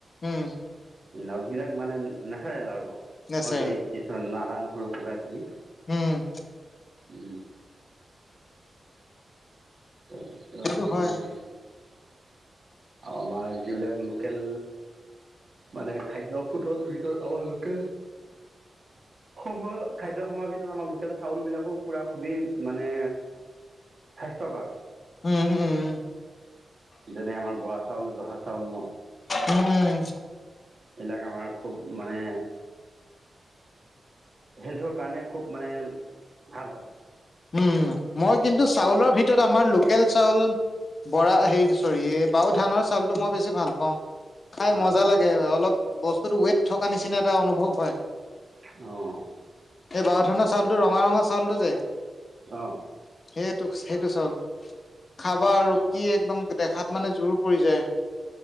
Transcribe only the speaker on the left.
উম
নেচাৰেল
উম
সেইটো
হয়
উম-উম
উম-উম
উম মই কিন্তু চাউলৰ ভিতৰত আমাৰ লোকেল চাউল বৰা হে চৰি এই বাওধানৰ চাউলটো মই বেছি ভালপাওঁ। খাই মজা
লাগে অলপ বস্তুতো ৱেট থকা নিচিনা এটা অনুভৱ হয়।
এই বাওধানৰ চাউলটো ৰঙা-ৰঙা চাউটো যে
সেইটো-সেইটো চাউল খাবা
আৰু কি একদম দেখাত মানে জোৰ পৰি যায়।